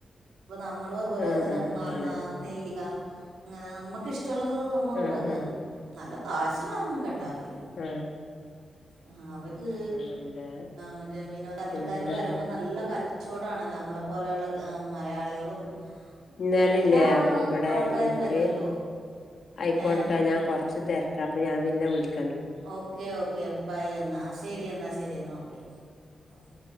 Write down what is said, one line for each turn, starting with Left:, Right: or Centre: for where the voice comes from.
Right: ഇപ്പ നമ്മളും അതുപോലെ
Left: ആഹ്
Right: ഇങ്ങനെ
Left: ആഹ്
Right: മാങ്ങ,
Left: അങ്ങനെ
Right: നെല്ലിക അങ്ങനെ നമ്മുക്കിഷ്ടമുള്ളത് നമ്മക്
Left: ആഹ്
Right: വാക്കാം.
Left: ആഹ്
Right: നല്ല കാശ് വാങ്ങും കേട്ടോ അവര്
Left: ഉം
Right: ആഹ് അവർക്ക്
Left: ആണ്ല്ലേ
Right: മറ്റേ വിനോദത്രക്കാര്
Left: പിന്നെന്താ
Right: വരുമ്പോ നല്ല കച് ചോടാണല്ലോ? നമ്മളെ പോലെയുള്ള മലയാളികളും
Left: എന്നാലില്ലേ
Right: ആ, എല്ലാ
Left: ഇവടെ
Right: ആൾക്കാരും
Left: എനിക്ക്
Right: വരുമല്ലോ
Left: ആയിക്കോട്ടേട്ടാ
Right: ഏ
Left: ഞാൻ കൊറച്ച് തെര ക്കാ, അപ്പൊ ഞാ പിന്നെ വിളിക്
Right: ഓക്കേ ഓക്കേ ബൈ എന്നാ ശരി എന്നാ ശരി എന്നാ ഓക്കെ ഓക്കെ